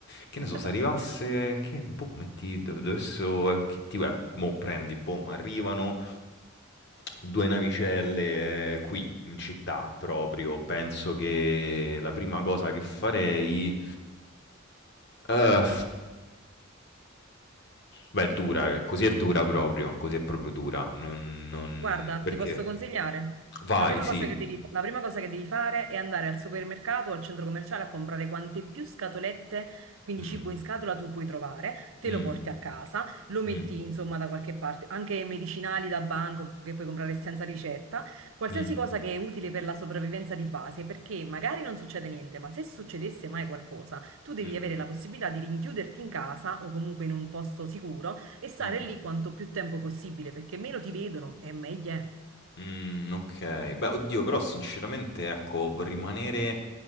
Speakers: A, on the left; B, on the right.
A: Che ne
B: <laughs>
A: so, se arrivasse, che, boh, metti, dov- dovessero, eh, che- tipo, eh, mo' prendi, boh, ma arrivano due navicelle eh, qui, in città, proprio. Penso che la prima cosa che farei... eh, Beh, è dura, eh, così è dura proprio, così è proprio dura. Non non
B: Guarda,
A: perché
B: ti posso consigliare.
A: vai,
B: La prima
A: sì.
B: cosa che devi, la prima cosa che devi fare è andare al supermercato o al centro commerciale a comprare quante più scatolette, quindi
A: Mh,
B: cibo in scatola tu puoi trovare, te
A: mh,
B: lo porti a casa, lo metti
A: mh,
B: insomma da qualche parte, anche medicinali da banco che puoi comprare senza ricetta, qualsiasi
A: mh,
B: cosa che è utile per la sopravvivenza di base, perché magari non succede niente, ma se succedesse mai qualcosa, tu devi
A: mh,
B: avere la possibilità di rinchiuderti in casa o comunque in un posto sicuro e stare
A: mh,
B: lì quanto più tempo possibile, perché meno ti vedono e meglio è.
A: mh, okay. Beh, oddio, però sinceramente, ecco, v rimanere